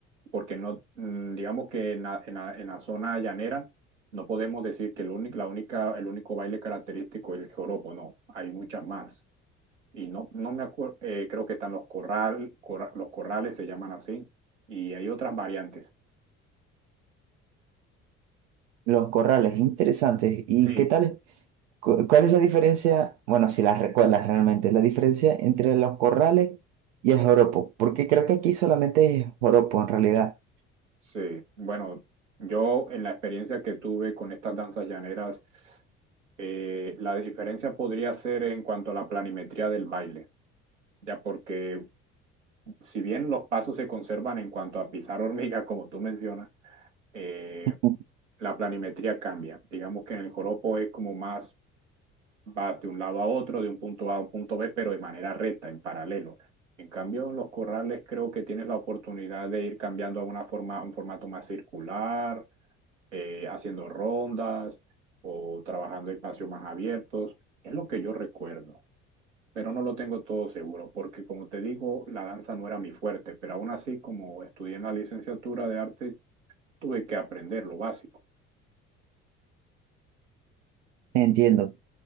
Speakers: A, on the right; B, on the right.
A: porque no, mm, digamos que en la, en la, en la zona llanera no podemos decir que el único, la única, el único baile característico es el joropo, no, hay muchas más. Y no, no me acuerdo, eh, creo que están los corral, corra, los corrales se llaman así, y hay otras variantes.
B: Los corrales, interesantes. ¿Y
A: Sí,
B: qué tal? cu- ¿Cuál es la diferencia? Bueno, si las recuerdas realmente, la diferencia entre los corrales y el joropo, porque creo que aquí solamente es joropo en realidad.
A: sí. Bueno, yo en la experiencia que tuve con estas danzas llaneras, eh, la diferencia podría ser en cuanto a la planimetría del baile, ya porque si bien los pasos se conservan en cuanto a pisar hormiga, como tú mencionas, eh,
B: <laughs>
A: la planimetría cambia. Digamos que en el joropo es como más, vas de un lado a otro, de un punto A a un punto B, pero de manera recta, en paralelo. En cambio, en los corrales creo que tienes la oportunidad de ir cambiando a una forma, a un formato más circular, eh, haciendo rondas o trabajando espacios más abiertos. Es lo que yo recuerdo pero no lo tengo todo seguro, porque como te digo, la danza no era mi fuerte, pero aún así, como estudié en la licenciatura de arte, tuve que aprender lo básico.
B: Entiendo.